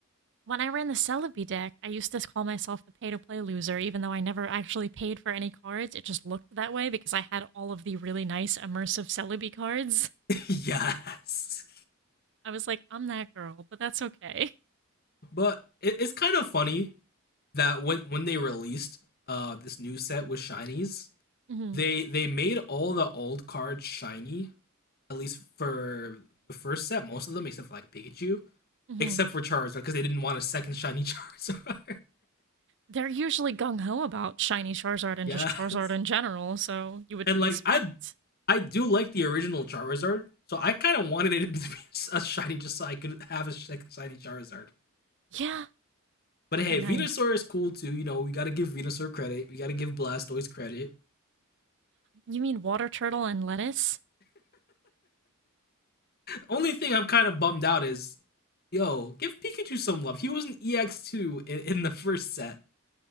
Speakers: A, on the right; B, on the left.
A: When I ran the Celebi deck, I used to call myself the pay to play loser, even though I never actually paid for any cards. It just looked that way because I had all of the really nice immersive Celebi cards.
B: <laughs> yes,
A: I was like, I'm that girl, but that's okay.
B: but it, it's kind of funny that when when they released uh this new set with shinies,
A: hmm
B: they they made all the old cards shiny at least for the first set, most of them except for like Pikachu
A: hmm
B: except for Charizard because they didn't want a second shiny Charizard.
A: They're usually gung ho about shiny Charizard and
B: <laughs> yes,
A: just Charizard in general, so you would
B: and like
A: expect.
B: I, I do like the original Charizard, so I kind of wanted it <laughs> to be a shiny just so I could have a second shiny Charizard.
A: Yeah, it
B: But
A: would
B: hey,
A: be nice.
B: Venusaur is cool too. You know, we gotta give Venusaur credit. We gotta give Blastoise credit.
A: You mean water turtle and lettuce?
B: The Only thing I'm kind of bummed out is, yo, give Pikachu some love. He was an EX2 in, in the first set.